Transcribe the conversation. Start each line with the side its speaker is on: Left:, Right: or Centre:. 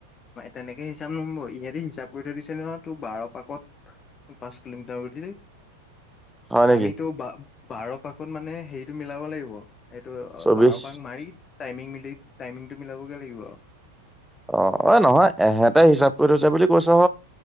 Left: তেনেকে হিচাপ নম্বৰ ইহঁতে হিচাপ কৰি থৈছে নহয় তু বা বাৰ পাকত পাঁচ কিলোমিটাৰ
Centre: হয় নেকি
Left: আমিতো বা বাৰ পাকত মানে হেৰিতটো মিলাব লাগিব। এইটো
Centre: চৌবিশ
Left: বাৰপাক মাৰি টাইমিং মিলি টাইমিংটো মিলাবগে লাগিব আৰু।
Centre: অ অ নহয় হেতে হিচাপ কৰি থৈছে বুলি কৈছে